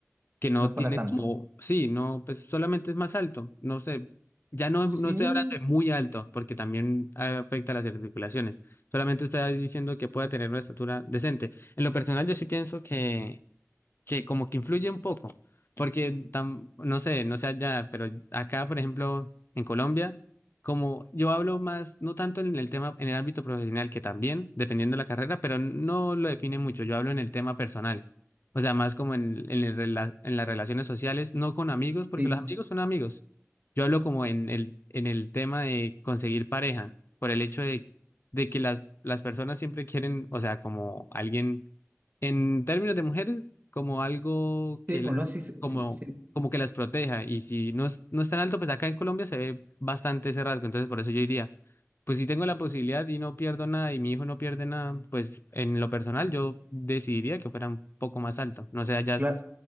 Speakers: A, on the left; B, on the right.
A: que no
B: No es para
A: tiene
B: tanto.
A: como, sí, no, pues solamente es más alto, no sé, ya no, no
B: Sí,
A: estoy hablando de muy alto, porque también afecta a las articulaciones, solamente estoy diciendo que pueda tener una estatura decente. En lo personal, yo sí pienso que que como que influye un poco, porque tam- no sé, no sé allá, pero acá, por ejemplo, en Colombia, como yo hablo más, no tanto en el tema, en el ámbito profesional, que también, dependiendo de la carrera, pero no lo define mucho, yo hablo en el tema personal, o sea, más como en, en, el rela- en las relaciones sociales, no con amigos, porque
B: sí,
A: los amigos son amigos, yo hablo como en el, en el tema de conseguir pareja, por el hecho de, de que las, las personas siempre quieren, o sea, como alguien en términos de mujeres, como algo que
B: sí, pues
A: las,
B: no, sí, sí,
A: como,
B: sí, sí,
A: como que las proteja. Y si no es, no es tan alto, pues acá en Colombia se ve bastante ese rasgo. Entonces, por eso yo diría, pues si tengo la posibilidad y no pierdo nada y mi hijo no pierde nada, pues en lo personal yo decidiría que fuera un poco más alto. No sé, allá
B: claro.
A: s-